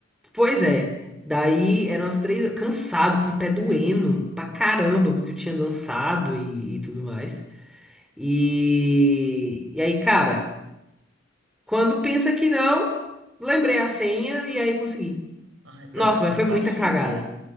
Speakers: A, in the centre; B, on the right (about 85°).
A: pois é. Daí eram as três, cansado, com o pé doendo pra caramba, porque eu tinha dançado e, e tudo mais. E, e aí, cara, quando pensa que não, lembrei a senha e aí consegui.
B: Ai, mas,
A: Nossa, mas
B: mas
A: foi
B: dá
A: muita
B: um susto,
A: cagada.
B: né?